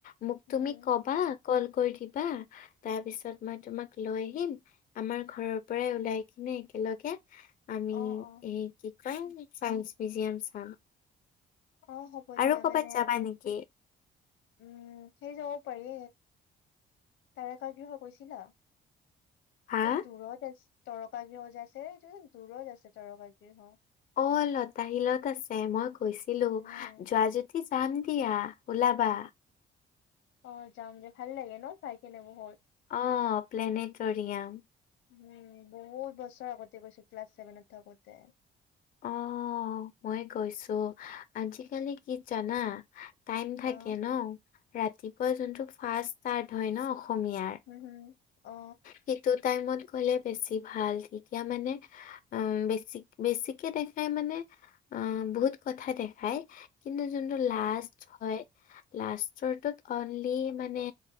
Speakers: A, on the left; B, on the left.
A: মোক তুমি
B: উম,
A: কবা কল কৰি দিবা তাৰ পিছত মই তোমাক লৈ আহিম আমাৰ ঘৰৰ পৰাই ওলাই কিনে একেলগে আমি
B: অ', অ',
A: এই কি কই চাইন্ মিউজিয়াম চাম
B: অ হ'ব
A: আৰু
B: দিয়া
A: কৰ'বাত
B: মানে
A: যাবা নেকি
B: উম সেই যাব পাৰি তাৰকাগৃহ গৈছিলা
A: হা
B: এই দূৰত আছে তৰকা গৃহ যে আছে এই দূৰত আছে তৰকা গৃহ
A: অ লতা শিলত আছে মই কৈছিলো
B: উম
A: যোৱা যোৱা যাম দিয়া ওলাবা
B: অ যাম যে ভাল লাগে ন চাই কেনে বহুত
A: অ প্লেনেটৰিয়াম
B: উম বহুত বছৰ আগতে গৈছো ক্লাছ ছেভেনত থাকোতে
A: অ মই কৈছো আজিকালি কি জানা টাইম থাকে
B: হা
A: ন ৰাতিপুৱা যোনটো ফাৰ্ষ্ট ষ্টাৰ্ট হয় ন অসমীয়াৰ
B: উম হুম অ
A: সেইটো টাইমত গ'লে বেছি ভাল তেতিয়া মানে উম বেছি বেছিকে দেখাই মানে অ বহুত কথা দেখায় কিন্তু যোনটো
B: অ
A: লাষ্ট হয় লাষ্টৰটোত অনলি মানে